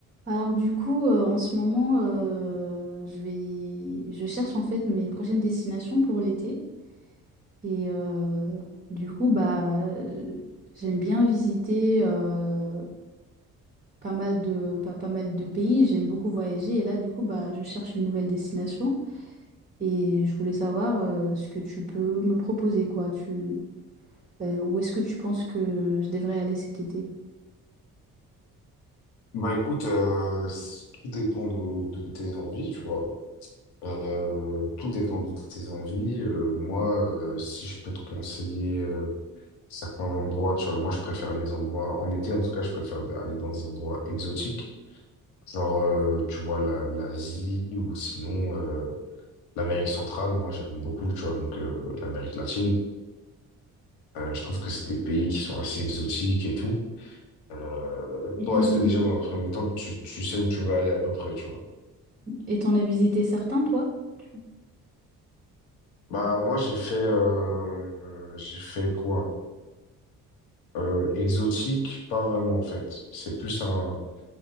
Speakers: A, on the right (about 20°); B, on the left (about 70°).
A: Alors du coup, euh, en ce moment, euh, je vais, je cherche en fait mes prochaines destinations pour l'été. Et euh, du coup, bah, euh, j'aime bien visiter euh, pas mal de, pas, pas mal de pays. J'aime beaucoup voyager. Et là, du coup, bah, je cherche une nouvelle destination. Et je voulais savoir euh, ce que tu peux me proposer, quoi. Tu, euh, où est-ce que tu penses que je devrais aller cet été?
B: Bah écoute, euh, c- tout dépend de, de tes envies, tu vois. Euh, tout dépend de tes envies. Euh, moi, euh, si je peux te conseiller euh, certains endroits, tu vois, moi je préfère les endroits, en été en tout cas, je préfère aller dans des endroits exotiques, genre, euh, tu vois, la, l'Asie ou sinon euh, l'Amérique centrale, moi j'aime beaucoup, tu vois, donc euh, l'Amérique latine. Euh, je trouve que c'est des pays qui sont assez exotiques et tout. Euh,
A: Et
B: toi,
A: t'en
B: est-ce
A: as,
B: que déjà dans un premier temps, tu, tu sais où tu veux aller à peu près, tu vois?
A: et t'en as visité certains, toi? Tu-
B: Bah moi j'ai fait euh, euh, j'ai fait quoi? Euh, exotique, pas vraiment en fait. C'est plus un